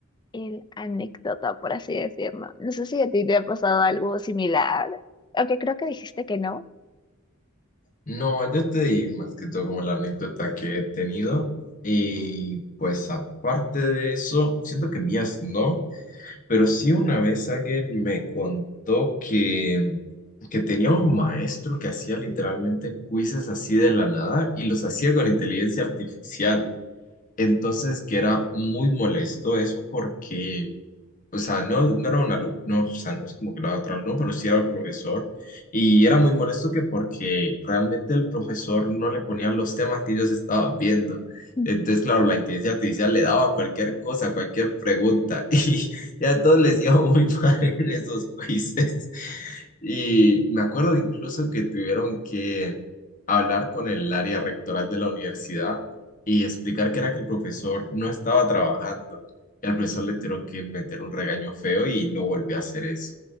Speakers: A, on the left; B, on the left.
A: el anécdota, por así decirlo. No sé si a ti te ha pasado algo similar, aunque creo que dijiste que no.
B: No, yo te di más que todo como la anécdota que he tenido y pues aparte de eso, siento que mías no, pero sí una vez alguien me contó que, que tenía un maestro que hacía literalmente quizzes así de la nada y los hacía con inteligencia artificial. Entonces que era muy molesto eso porque o sea, no, no era un alumno, no, o sea, no es como que lo haga otro alumno, pero sí era el profesor. Y era muy molesto que porque realmente el profesor no le ponía los temas que ellos estaban viendo.
A: <laughs>
B: Entonces, claro, la inteligencia artificial le daba cualquier cosa, cualquier pregunta. <laughs> Y ya a todos les iba muy <laughs> mal en esos quizzes. Y me acuerdo incluso que tuvieron que hablar con el área rectoral de la universidad y explicar que era que el profesor no estaba trabajando al profesor le tuvieron que meter un regaño feo y no volvió a hacer eso.